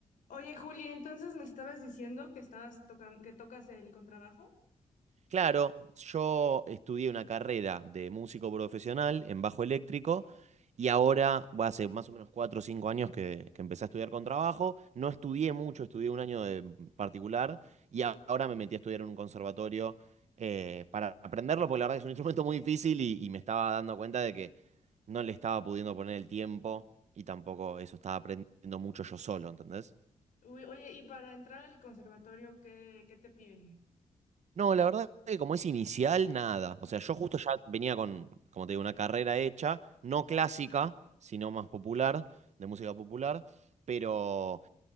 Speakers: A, on the left; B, on the right.
A: Oye, Julia, entonces me estabas diciendo que estabas tocan, que tocas el contrabajo.
B: Claro, yo estudié una carrera de músico profesional en bajo eléctrico y ahora, bueno, hace más o menos cuatro o cinco años que, que empecé a estudiar con trabajo. No estudié mucho, estudié un año de particular y a- ahora me metí a estudiar en un conservatorio eh, para aprenderlo, porque la verdad que es un <laughs> instrumento muy difícil y, y me estaba dando cuenta de que no le estaba pudiendo poner el tiempo y tampoco eso estaba aprendiendo mucho yo solo, ¿entendés?
A: Uy, oye, y para entrar al conservatorio, ¿qué, qué te piden?
B: No, la verdad que como es inicial, nada.
A: Mm.
B: O sea, yo justo ya venía con, como te digo, una carrera hecha, no clásica, sino más popular, de música popular, pero